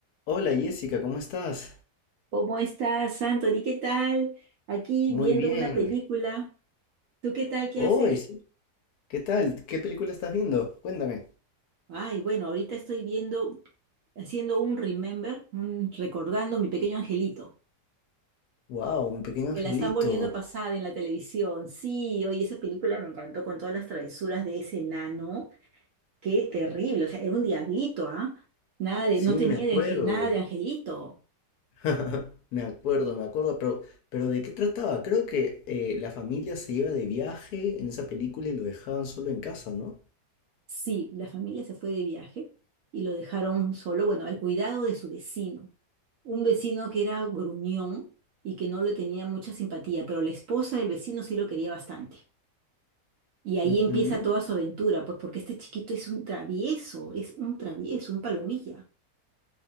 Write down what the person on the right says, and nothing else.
¿Cómo estás, Anthony? ¿Qué tal? Aquí
viendo
una película. ¿Tú qué tal? ¿Qué
haces?
Ay, bueno, ahorita estoy viendo, haciendo un remember, un- recordando mi pequeño angelito,
que
la están volviendo a pasar en la televisión. Sí, oye, esa película me encantó con todas las travesuras de ese enano. Qué terrible, o sea, era un diablito, ¿ah? Nada de,
no tenía
de, ange- nada de angelito.
Sí, la familia se fue de viaje y lo dejaron solo, bueno, al cuidado de su vecino. Un vecino que era gruñón y que no le tenía mucha simpatía, pero la esposa del vecino sí lo quería bastante. Y ahí
empieza toda su aventura, pues porque este chiquito es un travieso, es un travieso, un palomilla.